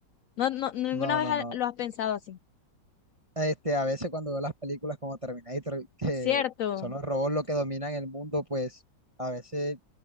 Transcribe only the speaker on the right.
no,
no,
no.
Este, a veces cuando veo las películas como Terminator, que
son los robots los que dominan el mundo, pues a veces